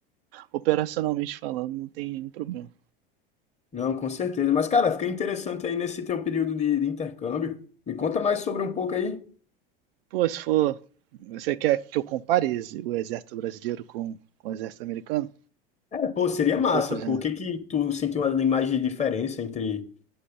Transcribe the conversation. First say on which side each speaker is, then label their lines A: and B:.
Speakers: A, on the right; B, on the left.
A: Operacionalmente falando, não tem nenhum problema.
B: Não, com certeza. Mas, cara, fiquei interessante aí nesse teu período de, de intercâmbio. Me conta mais sobre um pouco aí.
A: Pô, se for. Você quer que eu compare ex- o exército brasileiro com, com o exército americano?
B: É, pô, seria
A: Um
B: massa,
A: pouco, né?
B: pô. O que que tu sentiu ali mais de diferença entre